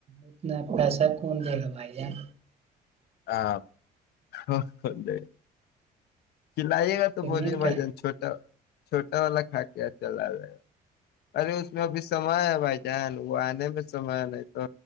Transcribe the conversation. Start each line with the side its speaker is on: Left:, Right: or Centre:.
Right: اتنا پیسہ کون دے گا بھائی جان
Left: آے <unintelligible> کھلائیے گا تو
Right: پیمنٹ
Left: بولیے بھائی
Right: کا
Left: جان چھوٹا چھوٹا والا کھا کے چلا لے ارے اس میں ابھی سمئے ہے بھائی جان وہ آنے میں سمے نہیں تو